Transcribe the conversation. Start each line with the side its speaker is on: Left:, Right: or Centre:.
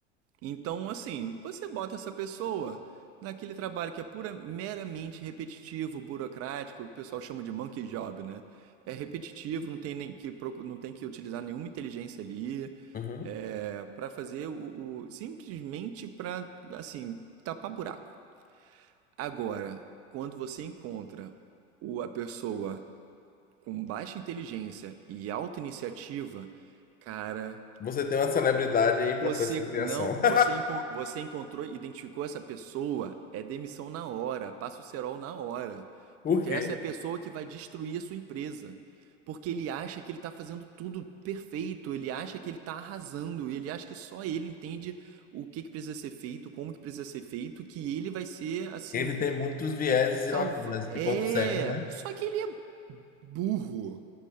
Right: Então, assim, você bota essa pessoa naquele trabalho que é pura, meramente repetitivo, burocrático, o pessoal chama de monkey job, né? É repetitivo, não tem nem que, procu- não tem que utilizar nenhuma inteligência ali,
Left: Uhum.
Right: é, para fazer o, o- simplesmente para, assim, tapar buraco. Agora, quando você encontra o- a pessoa com baixa inteligência e alta iniciativa, cara,
Left: Você tem uma celebridade em
Right: você
Left: processo de criação.
Right: não, você,
Left: <laughs>
Right: encon- você encontrou, e identificou essa pessoa, é demissão na hora, passa o cerol na hora,
Left: Por
Right: porque
Left: quê?
Right: essa é a pessoa que vai destruir a sua empresa, porque ele acha que ele está fazendo tudo perfeito, ele acha que ele está arrasando, ele acha que só ele entende o que que precisa ser feito, como que precisa ser feito, que ele vai ser assim
Left: Ele tem muitos vieses
Right: e salva.
Left: e lacunas
Right: É,
Left: e pontos cegos, né?
Right: só que ele é burro.